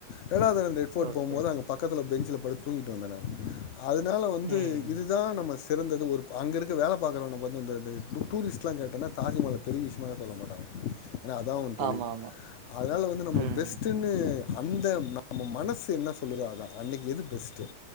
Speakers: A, on the left; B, on the right.
A: ரெண்டாது தட அந்த ஃபோர்ட்
B: ஓகே.
A: போம்போது அங்க பக்கத்துல பெஞ்சுல படுத் தூங்கிட்டு வந்த நானு அதுனால வந்து
B: ம்.
A: இதுதா நம்ம ஸ் சிறந்தது ஒருபா அங்கருக்க வேலப்பாக்கறவன பாத்து அந்த த டு டூரிஸ்ட்லா கேட்டனா தாஜுமஹால பெரிய விஷயமாவே சொல்ல மாட்டாங்க எனா அதா அவ தொழில்
B: ஆமாமா.
A: அதனால வந்து நம்மலுக்
B: ம்.
A: பெஸ்ட்டுன் னு அந்த நம்ம மனசு என்ன சொல்லுதோ அதா அன்னைக்கு எது பெஸ்ட்டு